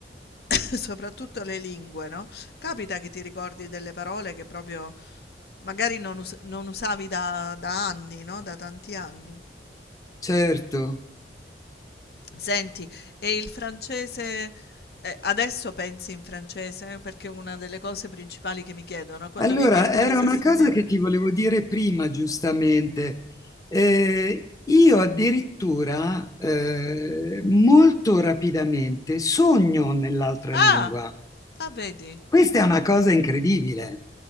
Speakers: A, on the left; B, on the left.
A: <laughs> soprattutto le lingue, no? Capita che ti ricordi delle parole che proprio magari non, us- non usavi da, da anni, no? Da tanti anni.
B: certo.
A: Senti, e il francese, eh, adesso pensi in francese? Perché è una delle cose principali che mi chiedono, no? quando
B: Allora,
A: vivi in un paese
B: era una
A: straniero...
B: cosa che ti volevo dire prima, giustamente. Eh, io addirittura eh, molto rapidamente sogno nell'altra
A: Ah!
B: lingua.
A: Ah, vedi?
B: Questa è una cosa incredibile.